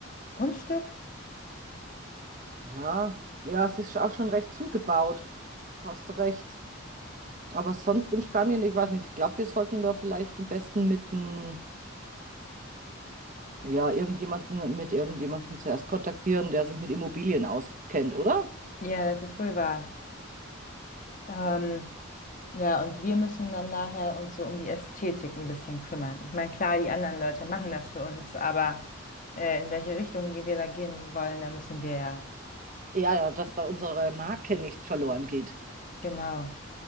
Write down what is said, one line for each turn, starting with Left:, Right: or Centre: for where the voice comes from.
Left: Grundstück?
Right: Ja, ja, es ist auch schon recht zugebaut. Hast du recht. Aber sonst in Spanien, ich weiß nicht, ich glaube, wir sollten da vielleicht am besten mit n- ja, irgendjemanden, mit irgendjemanden zuerst kontaktieren, der sich mit Immobilien auskennt, oder?
Left: Ja, das ist wohl wahr. Ähm, ja, und wir müssen dann nachher uns so um die Ästhetik ein bisschen kümmern. Ich meine, klar, die anderen Leute machen das für uns, aber äh, in welche Richtung wir da gehen wollen, da müssen wir ja.
Right: Ja, ja, dass da unsere Marke nicht verloren geht.
Left: Genau.